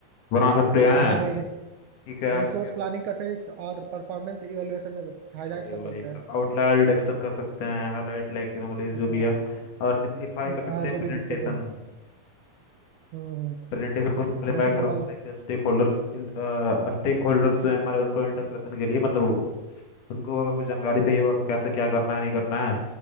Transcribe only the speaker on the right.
हाँ वही रिस,
रिसोर्स
प्लानिंग कर सकते हैं और परफॉर्मेंस इवेलुएशन में हाईलाइट
कर
सकते
हैं
हाँ
हाँ,
जो
भी दिक्कत है हम्म हम्म।
जैसे कि
मान
लो,